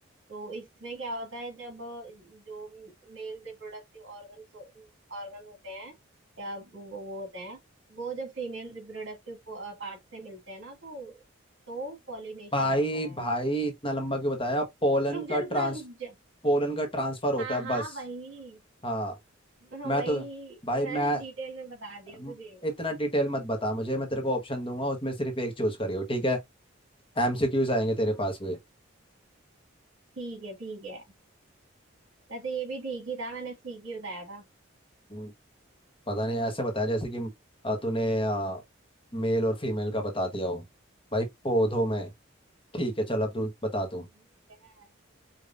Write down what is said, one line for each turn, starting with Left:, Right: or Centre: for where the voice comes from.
Right: तो इसमें क्या होता है जब जो मेल रिप्रोडक्टिव ऑर्गन ऑर्गन होते हैं या वो वो होते हैं वो जब फीमेल रिप्रोडक्टिव पार्ट से मिलते हैं ना तो तो पॉलिनेशन
Left: भाई
Right: होता है
Left: भाई इतना लंबा क्यों बताया पोलन
Right: रुक
Left: का
Right: जा
Left: ट्रांस
Right: रुक जा रुक जा
Left: पोलन का ट्रांसफर होता
Right: हाँ
Left: है
Right: हाँ
Left: बस
Right: वही
Left: हाँ
Right: हाँ
Left: मैं
Right: वही
Left: तो भाई
Right: मैंने
Left: मैं
Right: डिटेल में बता दिया
Left: म-
Right: तुझे
Left: इतना डिटेल मत बता मुझे मैं तेरे को ऑप्शन दूंगा उसमें सिर्फ एक चूज करियो ठीक है एमसीक्यूज आएंगे
Right: हाँ
Left: तेरे पास
Right: ठीक है ठीक है वैसे ये भी ठीक ही था मैंने ठीक ही बताया था
Left: भी पता नहीं ऐसे बताया जैसे कि अ, तूने अ, मेल और फीमेल का बता दिया हो भाई पौधों में ठीक है चल अब तू बता तू
Right: ठीक है